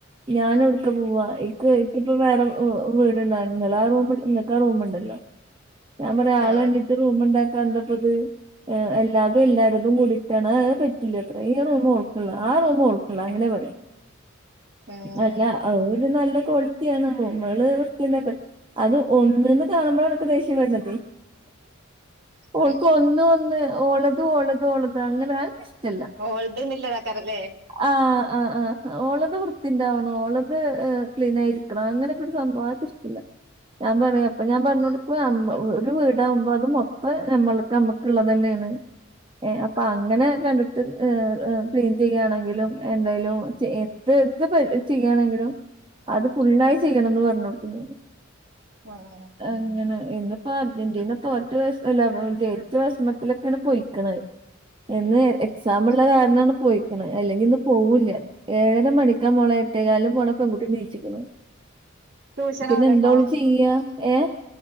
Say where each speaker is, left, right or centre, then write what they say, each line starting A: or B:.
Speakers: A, on the right; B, on the right.
A: ഞാന് എവിട്ക്ക പോവാ എൻ ഇപ്പ വേറെ ഊ ഊ വീട്ണ്ടൺ ആഹ് റൂമ് ഇങ്ങക്ക റൂമ്ണ്ടല്ലൊ ഞാ പറ
B: ആഹ്
A: ആളെണ്ണീട്ട് റൂമ്ണ്ടാക്ക ഇന്തപ്പത് എല്ലാതും എല്ലാരതും കൂടിട്ടാണ് ഏഹ് അത് പറ്റൂലത്രെ ഈ റൂമ് ഓൾക്ക്ള്ള ആഹ് റൂമ് ഓൾക്ക ക്കള അങ്ങനെ പറെ
B: ആഹ്
A: അല്ല അവ് ഒര് നല്ല ക്വാളിറ്റ്യാണ് ഞമ്മള് വൃത്തിണ്ടായപോരെ അത് ഒന്ന്ന്ന് കാണുമ്പഴാ എൻക്ക് ദേഷ്യം വര്ണതെ ഓൾക്ക്
B: ഉം
A: ഒന്ന് ഒന്ന് ഓളത് ഓളത് ഓളത് അങ്ങനെ അനക്ക് ഇഷ്ട്ടല്ല
B: ഓൾത് ന്നില്ലതാക്കാരംലെ
A: ആഹ് ആഹ് ആഹ് ഓളത് വൃത്തിണ്ടാവണംഓളത് ഏഹ് ക്ലീനായി അങ്ങനൊക്കൊരു സംഭവ അവ്ക്കിഷ്ട്ടല്ല ഞാൻ പറയ അപ്പൊ ഞാൻ പറഞ്ഞൊട്ക്കും അമ്മ ഒര് വീ വിടാവുമ്പ അത് മൊത്തം ഞമ്മൾക്ക് ഞമ്മക്ക്ള്ളതെന്നേണ് ഏഹ് അപ്പങ്ങനെ കണ്ട്ട്ട് ഏഹ് ഏഹ് ക്ലീൻ ചെയ്യാണെങ്കില് ലും എന്തയലും എന്ത് എന്ത് പര് ചെയ്യാണെങ്കിലും അത് ഫുള്ളായി ചെയ്യ്ണംന്ന് പറഞ്ഞൊട്ക്കും ഞാന്
B: ആഹ്
A: അങ്ങ്നെ ഇന്ന്പ്പൊ അർജെന്റീന തോറ്റ ദിവസല്ലെ ജയിച്ച വെഷമത്തിലൊക്കേണ് പൊയ്ക്ക്ണ് എന്ന് എക്സാമ്ള്ള കാര്ണാണ് പൊയ്ക്ക്ണെ അല്ലെങ്കി ഇന്ന് പോവൂല്ല ഏഴര മണിക്ക മോളെ എട്ടേകാലിന് പോണ പെൺകുട്ടി എണീക്കുന്
B: ട്യൂഷന്
A: പിന്നെന്താ
B: പോവലുണ്ടോ
A: ഓള് ചിയ്യാ ഏഹ്